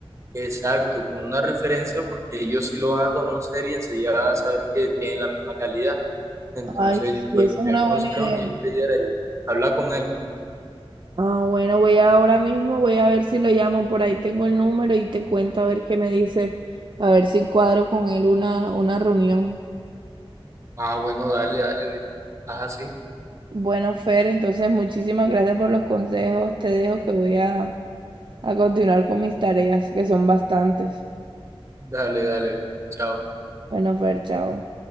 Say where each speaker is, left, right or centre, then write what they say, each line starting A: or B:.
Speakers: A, on the right; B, on the right.
A: exacto, como una referencia, porque ellos sí lo van a conocer y enseguida van a saber que tienen la misma calidad. Entonces,
B: Ay, sí,
A: pues,
B: esa
A: sería
B: es una
A: el consejo
B: buena idea.
A: que yo te diera y habla con él.
B: Ah, bueno, voy ahora mismo, voy a ver si lo llamo, por ahí tengo el número y te cuento a ver qué me dice, a ver si cuadro con él una, una reunión.
A: Ah, bueno, dale, dale, Vero. Ajá, sí.
B: Bueno, Fer, entonces muchísimas gracias por los consejos, te dejo que voy a, a continuar con mis tareas, que son bastantes.
A: Dale, dale, Vero. Chao.
B: Bueno, Fer, chao.